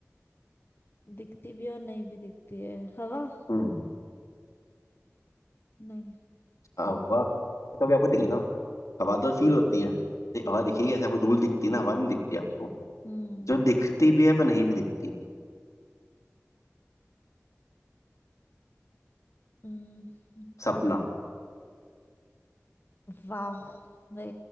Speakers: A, on the left; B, on the left.
A: दिखती भी और नहीं भी दिखती है हवा
B: हम्म
A: नहीं
B: हवा तो भी आपको दिखी ना हवा तो फील होती है दे- हवा दिखेगी ऐसे आपको धूल दिखती है ना हवा नहीं दिखती आपको
A: हम्म
B: जो दिखती भी है पर नहीं भी दिखती
A: हम्म,
B: सपना
A: नो वाह वे